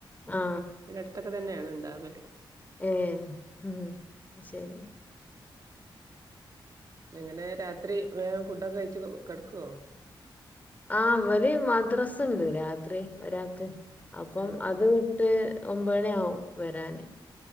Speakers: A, on the left; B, on the right.
A: ആ
B: ഇവിടെ അടുത്തൊക്കെ തന്നെയാണ് ഉണ്ടാവല്
A: ഏ ഉം ശരി
B: എങ്ങനെ രാത്രി വേഗം ഫുഡൊക്കെ കഴിച്ചു കെടക്കുവോ
A: ആ അവര് മദ്രാസുണ്ട് രാത്രി ഒരാൾക്ക് അപ്പം
B: ആഹ്
A: അത് വിട്ട് ഒമ്പൊണിയാവും വരാന്